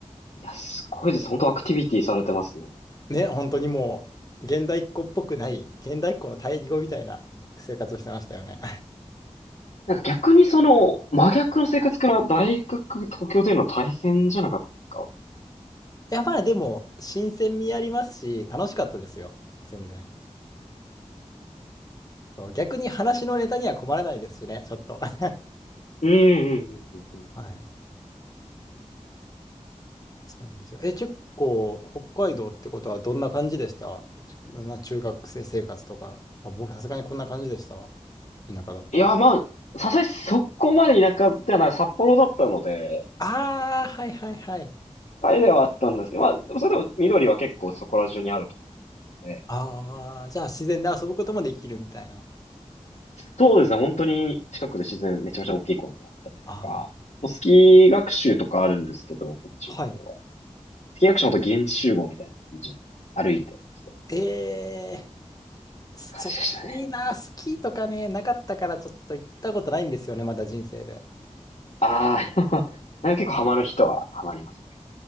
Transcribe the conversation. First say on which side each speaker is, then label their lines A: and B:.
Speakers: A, on the left; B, on the left.
A: いや、すごいです。本当アクティビティされてますね。
B: ね、本当にもう現代っ子っぽくない現代っ子の対義語みたいな生活をしてましたよね。
A: なんか逆にその、真逆の生活から大学、東京での大変じゃなかったですか
B: <laughs> いやまあでも新鮮味ありますし楽しかったですよ。全然。そう、逆に話のネタには困らないですしね、ちょっと。<laughs>
A: うん、うん、うん、うん。うん
B: はい。そうなんですよ。え、結構、北海道ってことはどんな感じでしたちな中学生生活とか。まあ、僕、さすがにこんな感じでした。田舎だったら。
A: いや、まあ、さすがにそこまで田舎ではない、札幌だったので、
B: ああ、はいはいはい。
A: あれではあったんですけど、まあ、でもそれでも緑は結構そこら中にあるところで、
B: ああ、じゃあ自然で遊ぶこともできるみたいな。
A: そうですね、本当に近くで自然、めちゃめちゃ大きい公園があったりとか、
B: あ
A: もうスキー学習とかあるんですけど、こっちの方は。
B: あ、はい。
A: スキー学習もと現地集合みたいな感じで歩いてきてる
B: ええー、そっか、
A: 感じでしたね。
B: いいな、スキーとかね、なかったからちょっと行ったことないんですよね、まだ人生で。
A: <laughs> ああ、<laughs> なんか結構ハマる人はハマりますね。